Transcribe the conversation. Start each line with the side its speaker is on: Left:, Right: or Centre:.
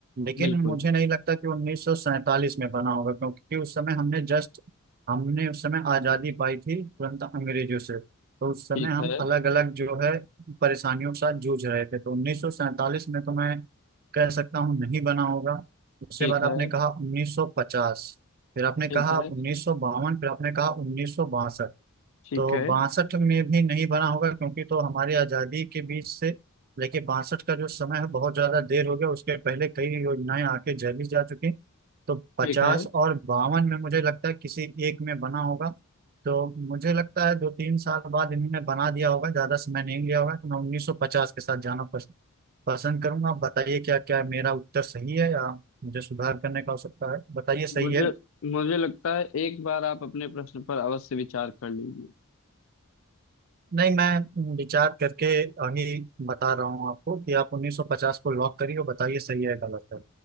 Right: लेकिन
Left: बिल्कुल
Right: मुझे नहीं लगता कि 1947 में बना होगा क्योंकि उस समय हमने जस्ट हमने उस समय आज़ादी पाई थी तुरंत अंग्रेजों से तो उस समय
Left: ठीक
Right: हम
Left: है
Right: अलग अलग जो है परेशानियों के साथ जूझ रहे थे तो 1947 में तो मैं कह सकता हूँ नहीं बना होगा उसके
Left: ठीक
Right: बाद
Left: है
Right: आपने कहा 1950 फिर आपने
Left: ठीक
Right: कहा
Left: है
Right: 1952 फिर आपने कहा 1962
Left: ठीक
Right: तो
Left: है
Right: बासठ में भी नहीं बना होगा क्योंकि तो हमारी आज़ादी के बीच से लेके बासठ का जो समय है बहुत ज़्यादा देर हो गया उसके पहले कई योजनाएं आके झेली जा चुकी तो पचास
Left: ठीक है
Right: और बावन में मुझे लगता है किसी एक में बना होगा तो मुझे लगता है दो तीन साल बाद इन्होंने बना दिया होगा ज़्यादा समय नहीं लिया होगा तो मैं उन्नीस सौ पचास के साथ जाना पस, पसंद करूंगा आप बताइए क्या क्या मेरा उत्तर सही है या मुझे सुधार करने का आवश्यकता है बताइए सही
Left: मुझे
Right: है
Left: मुझे लगता है एक बार आप अपने प्रश्न पर अवश्य विचार कर लीजिए
Right: नहीं मैं विचार करके आगे बता रहा हूँ आपको कि आप 1950 को लॉक करिए और बताइए सही है या गलत है